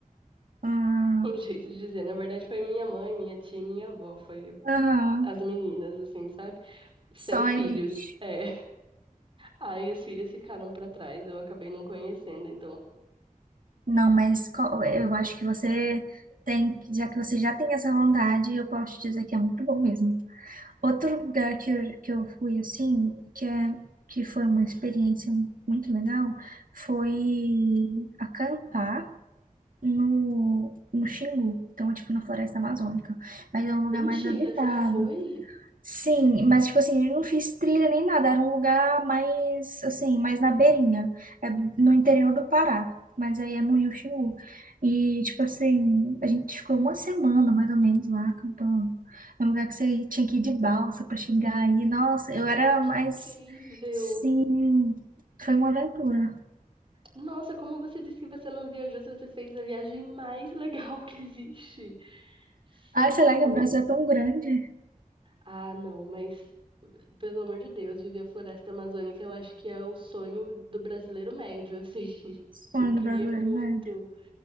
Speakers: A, on the right; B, on the right.
A: Ah,
B: Um jeito de dizer, na verdade foi minha mãe, minha tia, e minha avó, foi
A: aham.
B: as meninas, assim, sabe? Sem
A: Só
B: filhos.
A: elite.
B: É. Aí os filhos ficaram pra trás, eu acabei não conhecendo, então.
A: Não, mas co- eu acho que você tem, que- já que você já tem essa vontade, eu posso te dizer que é muito bom mesmo. Outro lugar que eu, que eu fui, assim, que é, que foi uma experiência muito legal, foi acampar. no, no Xingu, então, tipo, na Floresta Amazônica. Mas é um lugar
B: Mentira,
A: mais habitado.
B: você já foi?
A: Sim, mas, tipo assim, eu não fiz trilha nem nada, era um lugar mais, assim, mais na beirinha, é no interior do Pará, mas aí é no Rio Xingu. E, tipo assim, a gente ficou uma semana, mais ou menos, lá acampando. É um lugar que você tinha que ir de balsa pra chegar e, nossa, eu
B: Cara,
A: era
B: que
A: mais,
B: incrível!
A: sim, foi uma aventura.
B: Nossa, como você disse que você não viajou, se você fez a viagem mais <laughs> legal que existe. Sério?
A: Ai, sei lá que o Brasil é tão grande.
B: Ah, não, mas pelo amor de Deus, viver a floresta amazônica, eu acho que é o sonho do brasileiro médio, assim. <laughs>
A: Sonho
B: Eu queria
A: do brasileiro,
B: muito.
A: né?